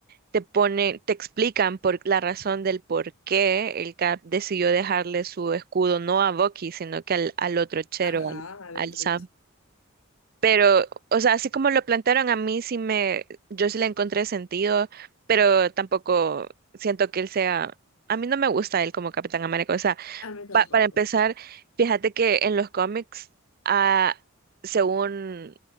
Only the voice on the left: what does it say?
Ajá,
al
otro
A mí
tampoco.